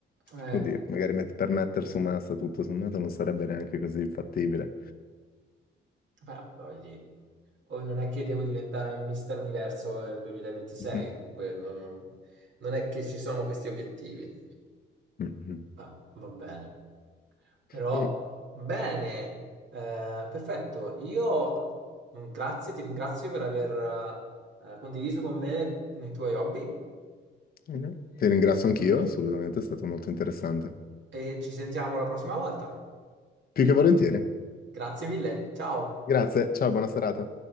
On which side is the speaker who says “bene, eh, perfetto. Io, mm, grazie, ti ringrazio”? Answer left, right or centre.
Right